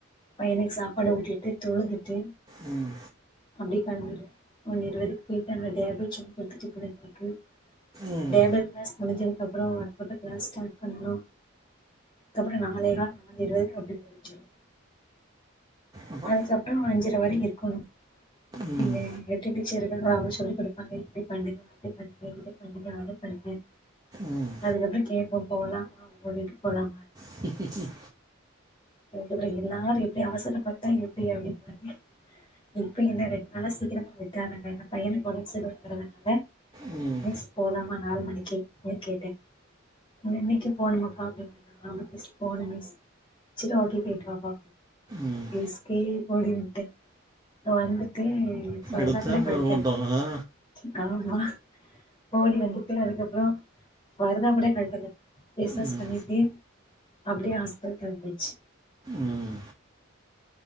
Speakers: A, on the left (about 25°); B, on the right (about 20°).
A: பையனுக் சாப்பாடு உட்டிட்டு தொழுதுட்டு
B: ம்
A: அப்டி கிளம்பிடுவே ஒன்னு இருவதுக்கு போயிட்டு அந்த டேபிள்ஸ் <unintelligible> <unintelligible>
B: ம்
A: டேபிள் கிளாஸ் முஞ்சதுக்கப் அப்புற <unintelligible> கிளாஸ் ஸ்டார்ட் பண்ணணு கப்புற நாங்கலேவா நால் இருவதுக்கு அப்டி பெல் அடிச்சிடு
B: அப்ப
A: அதுக்கப்புற அஞ்சர வரை இருக் கனு
B: ம்
A: இல்ல <unintelligible> எல்லா அவுங்க சொல்லிக் கொடுப்பாங்க இப்டி பண்ணுங்க அப்டி பண்ணுங்க இத பண்ணுங்க அத பண்ணுங்க
B: ம்
A: அதுக்கப்புற கேட்போம் போலாமா உங்க வீட்டுக்கு போலாமா
B: க்குங் க்குங்
A: எனக் எப்டி இருந்தமாரி இருந்து அவசர பட்டா எப்டி அதேமாரி இருப்பீங்கள ரெண்டு நாள சீக்கிரமா விட்டாங்க நேர பையனுக்கு ஒடம்பு சரியில்ங்கறவ வந்து
B: ம்
A: மிஸ் போலாமா நாலு மணிக்கு ஏ கேட்டே இன் இன்னிக்கு போணுமாப்பா அப்டி ஆமா மிஸ் போணு மிஸ் சில ஓகே கேட்ருவாப்பா
B: ம்
A: எஸ்கேப் ஒடிமுட்ட நா வந்துட்டே நீங்க சொல்றப்பல
B: எடுத்தே
A: கரெக்டா
B: பாரு ஓட்டோ
A: இருக்
B: ஆ
A: ஆமா ஓடி வந்துட்டு அதுக்கப்புற வருதாபில பேசல பிஸ்னஸ்
B: ம்
A: பண்ணிட்டு அப்டியே ஹாஸ்பிட்டல் கிளம்பியா ச்சி
B: ம்